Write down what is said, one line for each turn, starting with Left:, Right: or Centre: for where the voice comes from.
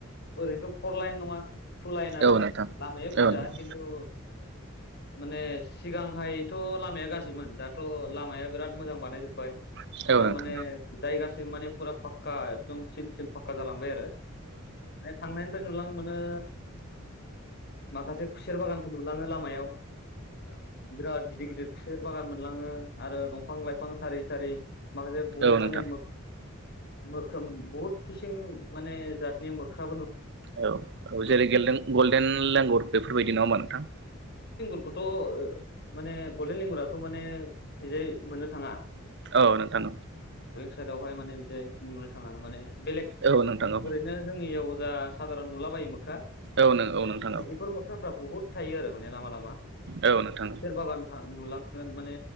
Left: ओरैनोथ' फर लाइन नङा थु लाइन आरो
Right: औ नोंथां औ नोंथां औ नोंथां औ नोंथां औ
Left: लामाया फिसा
Right: नोंथां औ
Left: खिन्थु माने सिगांहायथ' लामाया गाज्रिमोन दाथ' लामाया बिराद मोजां बानायजोबबाय
Right: नोंथां
Left: फुरा माने जायगासिम माने फुरा फाक्का एकदम सिल सिल फाखक्का जालांबाय आरो थांनायनिफ्राय नुलां मोनो माखासे खुसेर बागानफोर नुलाङो लामायाव बिराद गिदिर गिदिर खुसेर बागान मोनलाङो आरो दंफां लाइफां सारि सारि माखासे बुहुत
Right: औ नोंथां
Left: माने मोख्रोन बहुद किसिम माने जातनि मोख्रा,
Right: औ औ जेरैे गेलेदों गल्डेन लेंगुर बेफोरबायदि नङा होमबा नोंथां
Left: खौथ' माने गलडेन लेंगुराथ' माने बेजाय मोननो थाङा।
Right: औ नोंथां
Left: साइदवहाय माने नुनो थाङा माने बेलेग
Right: औ नोंथां औ
Left: ओरैनो जोंनियाव <unintelligible> साधारन नुला बायो मोख्रा
Right: औ नों औ नोंथां
Left: माने
Right: औ।
Left: बेफोर मोख्राफ्रा बुहुत थायो आरो माने लामा लामा खुसेर
Right: औ नोंथां
Left: बाागान। नुलांगोन माने